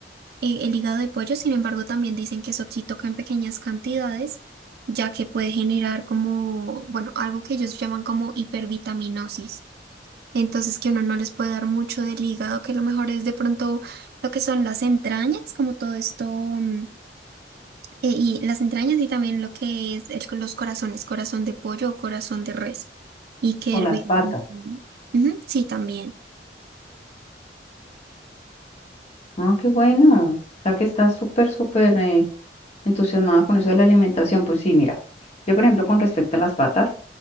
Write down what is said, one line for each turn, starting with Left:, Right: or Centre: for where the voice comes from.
Right: eh, el hígado de pollo, sin embargo, también dicen que eso sí toca en pequeñas cantidades ya que puede generar como, bueno, algo que ellos llaman como hipervitaminosis. Entonces que uno no les puede dar mucho del hígado, que lo mejor es de pronto lo que son las entrañas, como todo esto, mm, eh, y las entrañas y también lo que es el- los corazones, corazón de pollo o corazón de res, y que
Left: O las
Right: hervir.
Left: patas.
Right: Ujú, sí, también.
Left: Ah, qué bueno. O sea que estás súper, súper eh, entusiasmada con eso de la alimentación. Pues sí, mira, yo por ejemplo con respecto a las patas,